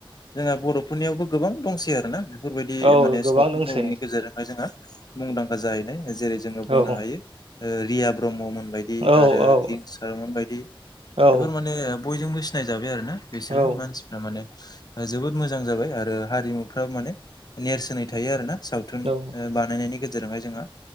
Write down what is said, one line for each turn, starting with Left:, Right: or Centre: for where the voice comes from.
Left: जोंङो बर'फोरनियावबो गोबां दंसै आरोना बेफोर बायदि दि
Right: औ
Left: माने
Right: गोबां
Left: सावथुन
Right: दंसै
Left: मुलुगनि गेजेरजोंहाय जोंहा मुंदांखा जाहैनाय जेरै जोङो बुंनो
Right: औ
Left: हायो ओ रिया ब्रह्ममोन बायदि
Right: औ
Left: आरो
Right: औ
Left: लिंसारमोन बायदि।
Right: औ
Left: बेफोर ओ बयजोंबो सिनायजाबाय आरो ना बिसोरो
Right: औ
Left: मानसिफ्रा माने जोबोद मोजां जाबाय आरो हारिमुफ्रा माने नेरसोनै थायो आरो ना। सावथुन
Right: औ
Left: ओ बानायनायनि गेज जेरावहाय जोंहा